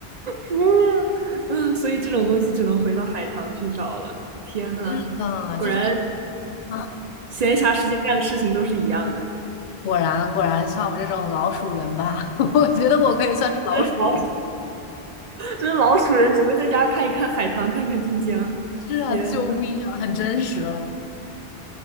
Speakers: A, on the right; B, on the left.
A: 服了，<laughs> 嗯，所以这种东西只能回到海棠去找了。天呐，
B: 是的，
A: 果然
B: 就是啊，
A: 闲暇时间干的事情都是一样的。
B: 果然果然像我们这种老鼠人吧，<laughs> 我觉得我可以算是老鼠人
A: 真是老，真是老鼠人只会在家看一看海棠，看看晋江。
B: 是啊，
A: 天呐，
B: 救命啊，很真实啊